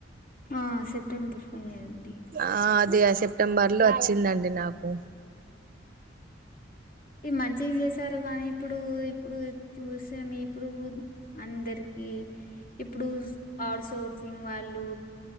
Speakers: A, on the left (about 50°); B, on the right (about 50°).
A: ఆ సెప్టెంబర్ పదిహే <unintelligible>
B: ఆ అది ఆ సెప్టెంబర్ లో వచ్చిందండి నాకు
A: ఈ మంచి చేశారు కానీ ఇప్పుడు ఇప్పుడు చూసేను ఇప్పుడు అందరికి ఇప్పుడు ఆ <unintelligible> <unintelligible> వాళ్ళు